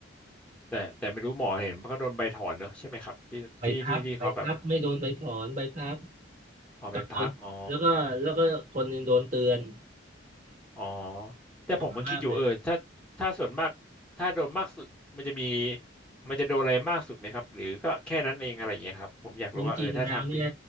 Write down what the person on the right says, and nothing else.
ไปพักไปพักไม่โดนใบถอนใบพัก
กลับโดนแล้วก็แล้วก็คนหนึ่งโดนเตือน
ออกมากเลย
จริงๆแล้วเนี่ย